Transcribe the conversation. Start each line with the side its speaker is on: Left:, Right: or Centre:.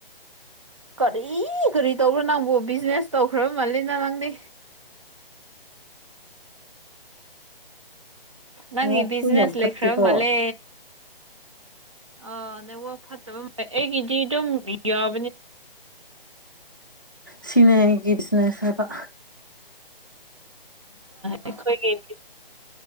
Right: ꯀꯔꯤ ꯀꯔꯤ ꯇꯧꯕꯣ ꯅꯪꯕꯨ ꯕꯤꯖꯤꯅꯦꯁ ꯇꯧꯈ꯭ꯔꯕ ꯃꯥꯜꯂꯤꯅ ꯅꯪꯗꯤ ꯅꯪꯒꯤ
Left: ꯋꯥꯛꯁꯨ
Right: ꯕꯤꯖꯤꯅꯦꯁ
Left: ꯌꯥꯝ
Right: ꯂꯩꯈ꯭ꯔ
Left: ꯐꯠꯇꯦꯀꯣ
Right: ꯃꯥꯂꯦ ꯑ ꯅꯦꯠꯋꯥꯛ ꯐꯠꯇꯕ ꯑꯩꯒꯤꯗꯤ ꯑꯗꯨꯝ ꯌꯥꯕꯅꯤ
Left: ꯁꯤꯅꯦꯒꯤ ꯖꯅꯦꯁꯕ
Right: ꯑꯣꯏꯒ